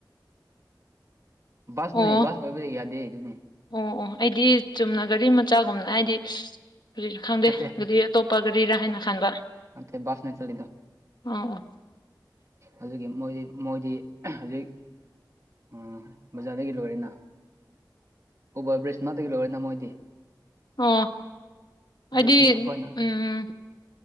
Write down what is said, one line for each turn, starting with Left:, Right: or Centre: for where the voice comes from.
Right: ꯕꯁ
Left: ꯑꯣ
Right: ꯅꯦ ꯕꯁ ꯑꯣꯏꯕꯗꯤ ꯌꯥꯗꯦ ꯑꯗꯨꯅꯤ
Left: ꯑꯣ ꯑꯣ ꯑꯩꯗꯤ ꯆꯨꯝꯅ ꯒꯥꯔꯤ ꯃꯆꯥꯒꯨꯝꯅ ꯍꯥꯏꯗꯤ ꯀꯔꯤꯔ ꯈꯪꯗꯦ
Right: ꯅꯠꯇꯦ
Left: ꯒꯥꯔꯤ ꯑꯇꯣꯞꯄ ꯒꯔꯤꯔꯥ ꯍꯥꯏꯅ ꯈꯟꯕ
Right: ꯅꯠꯇꯦ ꯕꯥꯁꯅꯦ ꯆꯜꯂꯤꯗꯨ
Left: ꯑꯣ ꯑꯣ
Right: ꯑꯗꯨꯒꯤ ꯃꯣꯏꯗꯤ ꯃꯣꯏꯗꯤ ꯍꯧꯖꯤꯛ ꯎꯝ ꯕꯖꯥꯔꯗꯒꯤ ꯂꯣꯏꯔꯦꯅ ꯎꯕꯔ ꯕ꯭ꯔꯤꯖ ꯉꯛꯇꯒꯤ ꯂꯣꯏꯔꯦꯅ ꯃꯣꯏꯗꯤ
Left: ꯑꯣ
Right: ꯑꯗꯨꯒꯤ
Left: ꯑꯩꯗꯤ
Right: ꯑꯩꯈꯣꯏꯅ
Left: ꯎꯝ